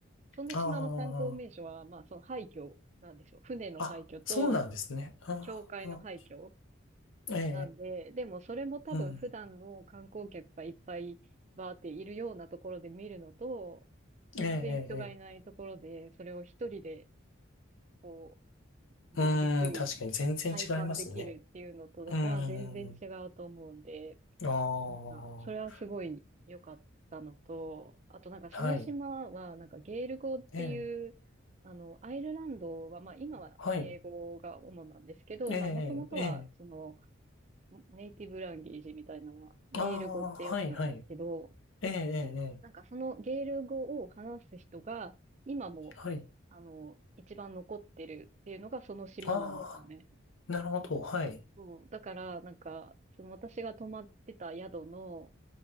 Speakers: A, on the right; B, on the left.
A: その島の観光名所は、
B: あ
A: まあその廃墟なんでしょう。船の廃墟と、
B: あ、あ、そうなんですね。ああ、
A: 教会の廃墟。
B: ええ、え
A: なんで、でもそれも多分普段の観光客がいっぱいバーっているようなところで見るのと、
B: え、ええうん。
A: 全然人がいないところで、
B: ええ、ええ、
A: それを一人で、こう、
B: ええうん、
A: じっくり
B: 確かに全然違いますね。
A: 体感できるっていうのとは全然違うと思うんで、
B: うん、ああ、
A: なんかそれはすごい良かったのと、あとなんかその島はなんかゲール語っていう、
B: はい、ええ、
A: あの、アイルランドはまあ今は英語が主なんですけど、
B: はい、ええ、
A: まあもともとはその、
B: ええ、
A: ネイティブランゲージみたいなのは、ゲール語ってやつなんですけど、
B: ああ、はい、はい、ええ、ええ、ええ
A: なんかそのゲール語を話す人が、今も、
B: はい、
A: あの、一番残ってるっていうのがその島なんですよね。
B: ああ、なるほど、はい、
A: そう。だから、なんか、その私が泊まってた宿の、